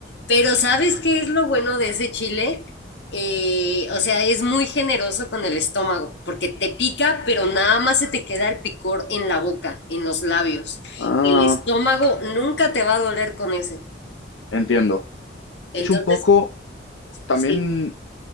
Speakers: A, on the left; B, on the left.
A: Pero ¿sabes qué es lo bueno de ese chile? Eh, o sea, es muy generoso con el estómago, porque te pica, pero nada más se te queda el picor en la boca, en los labios.
B: Ah,
A: El estómago nunca te va a doler con ese.
B: entiendo.
A: Entonces,
B: Es un poco, también,
A: sí.